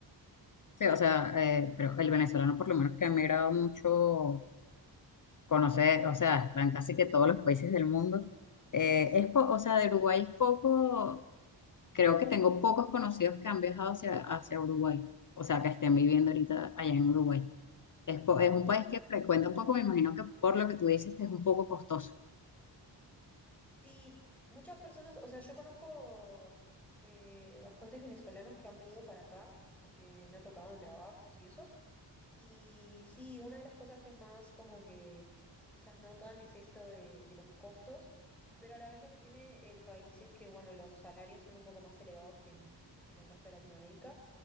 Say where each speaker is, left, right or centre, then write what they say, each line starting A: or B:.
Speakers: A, on the left; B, in the centre.
A: Sí, o sea, eh, pero el venezolano, por lo menos que ha emigrado mucho, conoce, o sea, están casi que todos los países del mundo. Eh, es po-
B: Sí,
A: o sea,
B: súper.
A: de Uruguay es poco, creo que tengo pocos conocidos que han viajado hacia, hacia Uruguay. O sea, que estén viviendo ahorita allá en Uruguay. Es, po- es un país que frecuenta un poco, me imagino que por lo que tú dices, que es un poco costoso.
B: Sí, muchas personas, o sea, yo conozco eh, bastantes venezolanos que han venido para acá porque me ha tocado en trabajos y eso. Y sí, una de las cosas que es más como que quizás notan es esto de, de los costos, pero a la vez lo que tiene el país es que, bueno, los salarios son un poco más elevados que en, que en el resto de Latinoamérica.